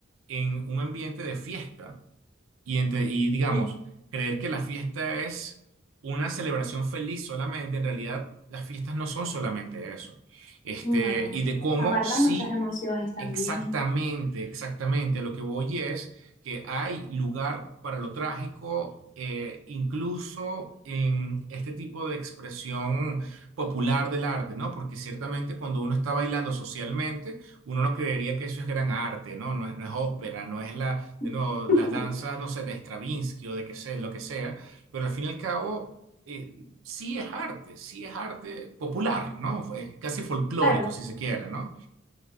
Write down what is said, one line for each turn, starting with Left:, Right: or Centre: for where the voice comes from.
Right: en un ambiente de fiesta, Y, entre- y digamos,
Left: sí.
Right: creer que la fiesta es una celebración feliz solamente, en realidad las fiestas no son solamente eso. Este,
Left: No,
Right: y de cómo
Left: abarca
Right: sí
Left: muchas emociones también.
Right: Exactamente, exactamente. A lo que voy es que hay lugar para lo trágico, eh, incluso en este tipo de expresión popular del arte, ¿no? Porque ciertamente cuando uno está bailando socialmente, uno no creería que eso es gran arte, ¿no? No es, no es ópera, no es la,
Left: <laughs>
Right: de nuevo, las danzas, no sé, de Stravinsky o de que sé, lo que sea, pero al fin y al cabo... eh, sí es arte, sí es arte popular, ¿no? Fue Casi folclórico,
Left: Claro,
Right: si se quiere, ¿no?